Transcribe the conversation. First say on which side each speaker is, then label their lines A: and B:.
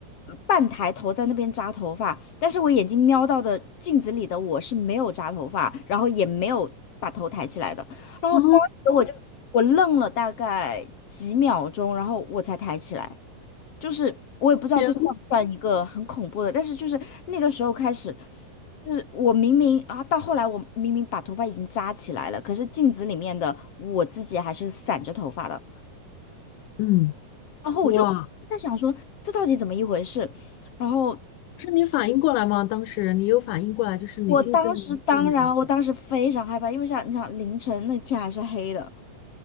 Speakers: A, on the left (about 55°); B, on the left (about 75°).
A: 半抬头在那边扎头发，但是我眼睛瞄到的镜子里的我是没有扎头发，然后也没有把头抬起来的。然后当时我就我愣了大概几秒钟，
B: 哦，
A: 然后我才抬起来。就是我也不知道这算不算一个很恐怖的，
B: 天，
A: 但是就是那个时候开始。就是我明明啊，到后来我明明把头发已经扎起来了，可是镜子里面的我自己还是散着头发的。
B: 嗯，
A: 然后我就在想说，
B: 哇。
A: 这到底怎么一回事？然后
B: 不是你反应过来吗？当时你有反应过来，就是你进森林这里
A: 我嗯当时当然，我当时非常害怕，因为想你想凌晨那天还是黑的，